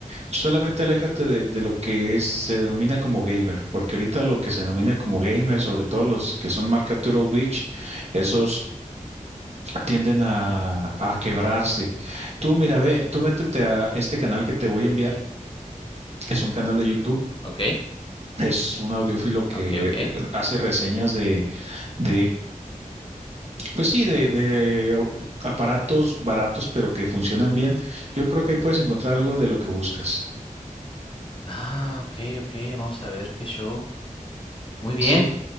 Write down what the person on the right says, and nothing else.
solamente aléjate de, de lo que es, se denomina como gamer, porque ahorita lo que se denomina como gamer, sobre todo los que son marca Turtle Beach, esos tienden a, a quebrarse. Tú, mira, ve, tú métete a este canal que te voy a enviar. Es un canal de YouTube.
Es un audiófilo que
eh, hace reseñas de, de pues sí, de, de au- aparatos baratos, pero que funcionan bien. Yo creo que ahí puedes encontrar algo de lo que buscas.
¿Sí?